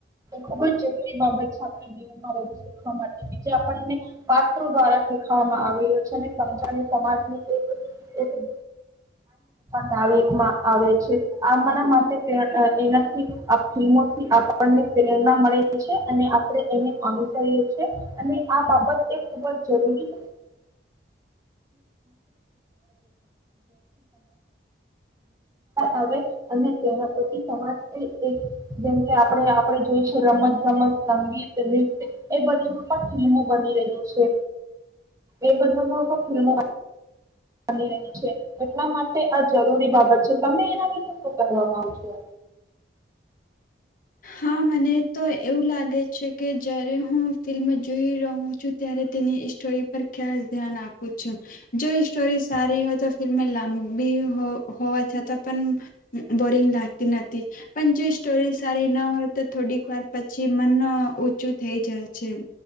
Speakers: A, on the right (about 20°); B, on the left (about 45°).
A: ખુબ જ જરૂરી બાબત છે. આપણા જીવનમાં વધુ શીખવા માટે બીજી આપણને પાત્રો દ્વારા શીખવામાં આવે રહ્યો છે અને સમજાવી સમાજની એક આ વીકમાં આવે છે. આમના માટે એનાથી આ ફમોથી આપણને પ્રેરણા મળે છે, અને આપ એને અનુસરીએ છીએ અને આ બાબત એ ખુબ જ જરૂરી આવે અને તેના પ્રતિ સમાજ એ એક જેમ કે આપણે આપણે જોઈ છે રમત ગમત સંગીત નૃત્ય એ બધામાં પણ ફિલ્મો બની રહી છે, એ બધામાં પણ ફિલ્મો. બની રહી છે એટલા માટે આ જરૂરી બાબત છે તમે એના વિશે શું કહેવા માંગો છો.
B: હા મને તો એવું લાગે છે કે જયારે હું ફિલ્મ જોઈ રહું છું, ત્યારે તેની સ્ટોરી પર ખ્યાાસ ધ્યાન આપું છું જો સ્ટોરી સારી હોય તો ફિલ્મ લાંબી હોવા છતાં પણ બોરિંગ લાગતી નથી. પણ જો સ્ટોરી સારી ન હોય તો થોડીક વાર પછી મન ઊંચું થઈ જાય છે.